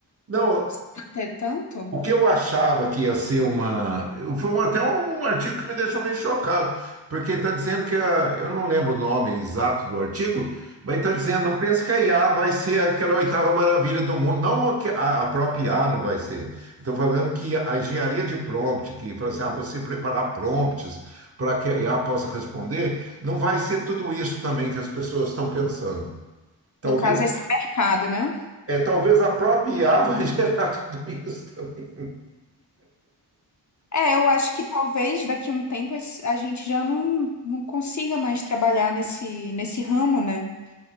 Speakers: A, on the right (about 35°); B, on the left (about 45°).
A: Não,
B: se manter tanto?
A: O que eu achava que ia ser uma. Foi um- até um artigo que me deixou meio chocado, porque está dizendo que. a- eu não lembro o nome exato do artigo, mas está dizendo: não pense que a IA vai ser aquela oitava maravilha do mundo. Não a, que- a- a própria IA não vai ser. Estou falando que a engenharia de prompt, que fala assim, ah, você preparar prompts para que a IA possa responder, não vai ser tudo isso também que as pessoas estão pensando. Talvez,
B: No caso, esse mercado, né?
A: é, talvez a própria IA vai <laughs> gerar tudo isso também.
B: É, eu acho que talvez daqui a um tempo esse- a gente já não, não consiga mais trabalhar nesse, nesse ramo, né?